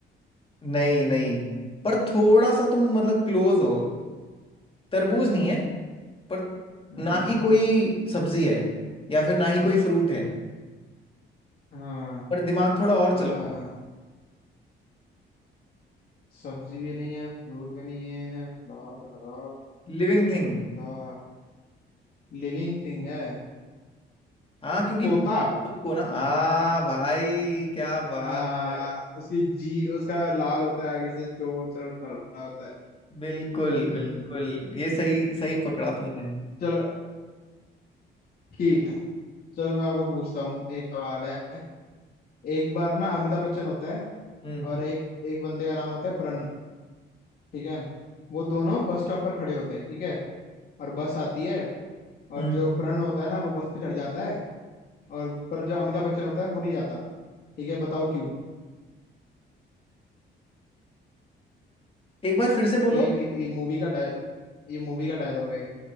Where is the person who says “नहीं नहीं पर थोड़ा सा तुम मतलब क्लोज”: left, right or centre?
Left